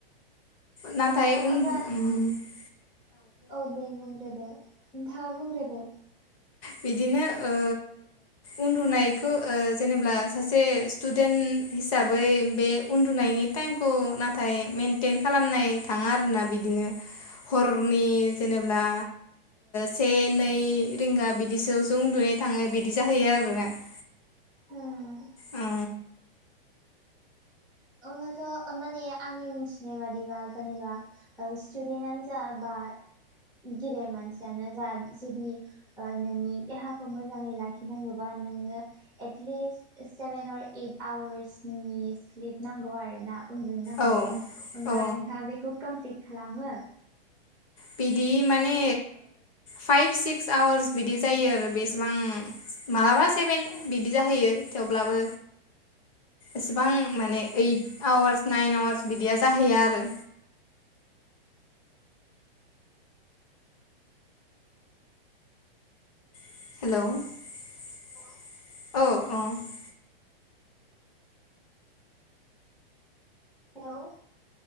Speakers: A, on the left (about 35°); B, in the centre.
A: नाथाय
B: आदसा
A: उन
B: ओमब्ला
A: <unintelligible>
B: औ दे बुंग्रोदो नोंथाङा बुंग्रोदो
A: बिदिनो ओ उन्दुनायखौ जेनेबा सासे स्टुदेन्ट हिसाबै बे उन्दुनायनि टाइमखौ नाथाय मेेनटेन खालामनाय थाङा आरोना बिदिनो हरनि जेनेब्ला से नै रिंगा बिदि बिदिसोआवसो उन्दुनाय थाङो बिदि जाहैयो आरोना <unintelligible>
B: होम
A: औ
B: ओरैनोथ माने आंनि मिथिनाय बादिबा जेनेबा स्टुदेन्टनो जा बा गेदेर मानसियानो जा जुदि नोंनि देहाखौ मोजाङै लाखिनांगौबा नोंनो एटलिस्ट सेभेन अर ओइट आवार्सनि स्लिप नांगौ आरोना उन्दु नांगौ
A: औ
B: होमबा
A: औ
B: नोंथाङा बेखौ कमप्लिट खालामो
A: बिदि माने फाइभ सिक्स आवार्स बिदि जायो आरो बेसेबां मालाबा सेभेन बिदि जाहैयो थेवब्लाबो एसेबां माने ओइट आवार्स नाइन आवार्स बिदिया जाहैयो आरो हेल' औ औ
B: हेल'